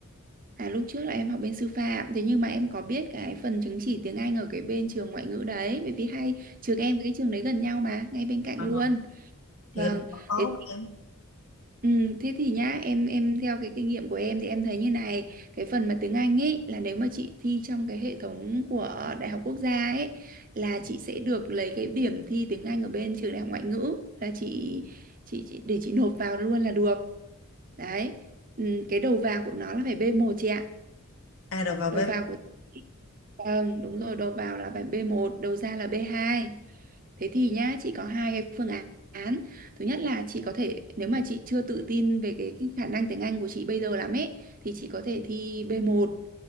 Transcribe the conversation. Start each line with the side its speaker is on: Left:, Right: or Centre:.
Right: à lúc trước là em học bên sư phạm thế nhưng mà em có biết cái phần chứng chỉ tiếng Anh ở cái bên trường ngoại ngữ đấy bởi vì hai trường em với cái trường đấy gần nhau mà ngay bên cạnh
Left: Ờ.
Right: luôn
Left: thì
Right: vâng
Left: nó có khó
Right: Thế
Left: không em
Right: Ừ, thế thì nhá em em theo cái kinh nghiệm của em thì em thấy như này cái phần mà tiếng Anh ấy là nếu mà chị thi trong cái hệ thống của Đại học Quốc gia ấy là chị sẽ được lấy cái điểm thi tiếng Anh ở bên trường Đại học Ngoại ngữ là chị chị, chị để chị nộp vào luôn là được đấy ừ, cái đầu vào của nó là phải b một chị ạ
Left: à rồi vào B
Right: đầu vào của vâng đúng rồi đầu vào là phải B1 đầu ra là B2 thế thì nhá chị có hai cái phương án thứ nhất là chị có thể nếu mà chị chưa tự tin về cái, cái khả năng tiếng Anh của chị bây giờ lắm ấy thì chị có thể thi B1